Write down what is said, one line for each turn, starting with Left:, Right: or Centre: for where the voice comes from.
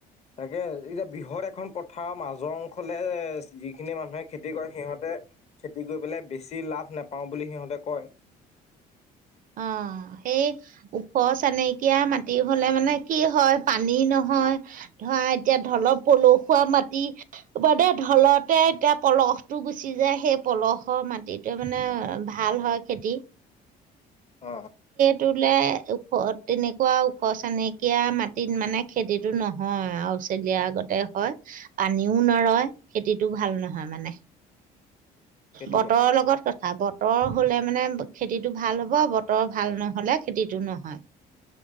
Left: তাকে, এতিয়া বৃহৎ এখন পথাৰৰ মাজৰ অংশলে যিখিনি মানুহে খেতি কৰে সিহঁতে খেতি কৰি পেলাই বেছি লাভ নাপাও বুলি সিহঁতে কয়।
Right: আহ সেই ওখ চানেকীয়া মাটি হলে মানে কি হয় পানী নহয়, ধৰা এতিয়া ঢলৰ পলসুৱা মাটি ঢলতে এতিয়া পলসটো গুচি যায় সেই পলসৰ মাটিটো মানে ভাল হয় খেতি।
Left: অ
Right: তোলে ওখ তেনেকুৱা ওখ চনেকীয়া মাটিত মানে খেতিটো নহয় আৰু চেলিয়াৰ আগতে হয়, পানীও নৰয় খেতিটো ভাল নহয় মানে।
Left: সেইটো
Right: বতৰৰ
Left: কথা
Right: লগত কথা বতৰ ৰ হ'লে মানে খেতিত টো ভাল হ'ব বতৰ ভাল নহয়। হ'লে খেতিটো নহয়